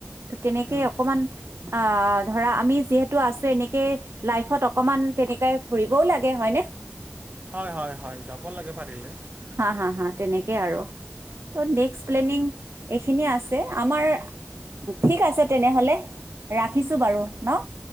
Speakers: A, on the right; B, on the right.
A: ত তেনেকেই
B: উম
A: অকমান অ ধৰা আমি যিহেতু আছো এনেকে লাইফত অকমান তেনেকে ফুৰিবও লাগে হয়নে
B: হয় হয় হয় যাব লাগে পাৰিলে
A: হা হা হা তেনেকে আৰু নেক্সট প্লেনিং এইখিনি আছে আমাৰ ঠিক আছে তেনেহ'লে ৰাখিছোঁ বাৰু ন